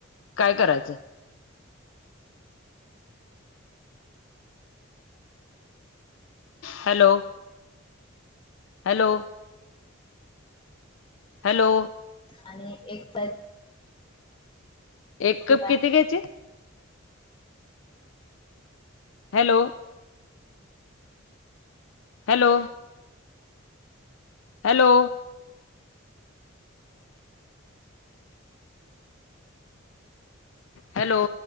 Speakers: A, on the left (about 65°); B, on the left (about 25°).
A: काय करायचं हॅलो हॅलो हॅलो
B: आणि एक पर
A: एक
B: पॅकेट
A: कप किती घ्यायची हॅलो हॅलो हॅलो हॅलो